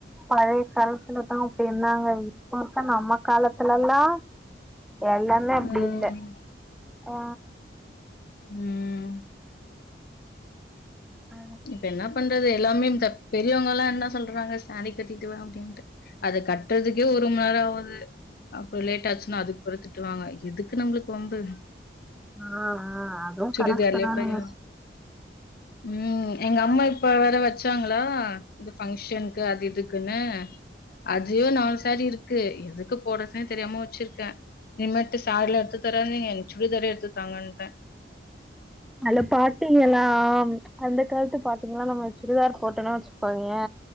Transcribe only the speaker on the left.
ம்
உம்
இப்ப என்னா பண்றது எல்லாமே இந்த பெரியவங்கல்லா என்ன சொல்றாங்க சேரி கட்டிட்டு வா அப்டின்ட்டு அத கட்றதுக்கே ஒரு மணி நேரோ ஆவுது அப்றொ லேட் ஆச்சுனா அதுக்கு வேற திட்டுவாங்க எதுக்கு நம்ளுக்கு வம்பு
சுடிதார்லயே
போயிர்லா
ம் எங்கம்மா இப்ப வேற வச்சாங்களா இந்த ஃபங்க்ஷன்க்கு அது இதுக்குனு அதுவே நாலு சேரி இருக் க்கு எதுக்கு போடுறத்னே தெரியாம வச்சிர்க்கே இனிமேட்டு சேரிலா எடுத்து தராதிங்க சுடிதாரே எடுத்து தாங்கன்டெ